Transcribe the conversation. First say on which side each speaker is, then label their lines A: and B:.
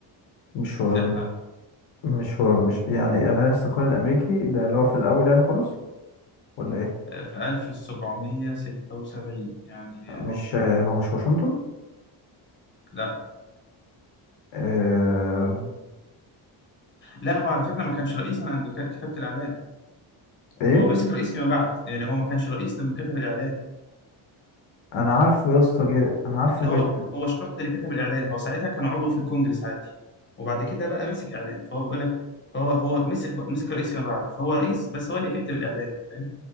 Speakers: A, on the left; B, on the left.
A: مش هو
B: سهل على فكرة.
A: مش هو مش يعني اعلان الاستقلال الامريكي ده اللي هو في الاول يعني خالص
B: اه
A: ولا ايه
B: آه، في 1776 يعني
A: مش
B: أهو
A: آه، هو مش واشنطن
B: لا
A: آه،
B: لا هو على فكرة ما كانش رئيس أنا عند ك- كتابة الإعلان
A: ايه
B: هو مسك رئيس فيما بعد يعني هو ما كانش رئيس لما كتب الإعلان
A: انا عارفه يا اسطى جد- انا عارفه
B: لكن هو
A: جدا
B: هو الشخص اللي كتب الاعلان هو ساعتها كان عضو في الكونجرس عادي وبعد كده بقى مسك اعلان فهو بيقول لك فهو هو مسك مسك رئيس فيما بعد فهو رئيس بس هو اللي كاتب الاعلان فاهم